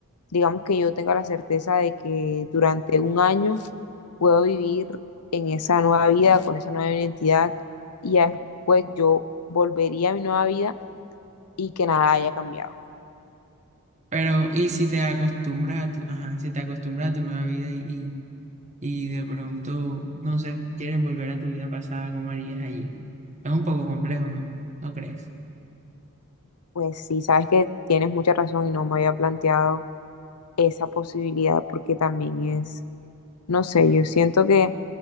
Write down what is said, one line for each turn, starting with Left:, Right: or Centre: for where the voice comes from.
Left: Digamos que yo tenga la certeza de que durante un año puedo vivir en esa nueva vida, con esa nueva identidad, y ya después yo volvería a mi nueva vida y que nada haya cambiado.
Right: Pero, ¿y si te acostumbras a tu, ajá, si te acostumbras a tu nueva vida y, y, y de pronto, no sé, quieres volver a tu vida pasada, ¿cómo harías allí? Es un poco complejo, ¿no? ¿No crees?
Left: Pues sí, sabes que tienes mucha razón y no me había planteado esa posibilidad porque también es, no sé, yo siento que,